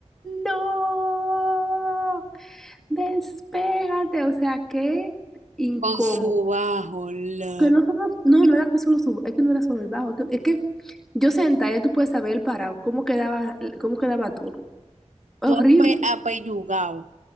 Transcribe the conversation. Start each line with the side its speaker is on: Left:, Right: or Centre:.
Centre: no, despégate, o sea, qué incómodo.
Right: Con su bajo, la,
Centre: Que no, solo- no, no era que solo subo, es que no era solo el bajo, es que, es que yo sentada, ya tú puedes saber el parado, cómo quedaba, cómo quedaba todo. Horrible,
Right: tú ape, apeñugado.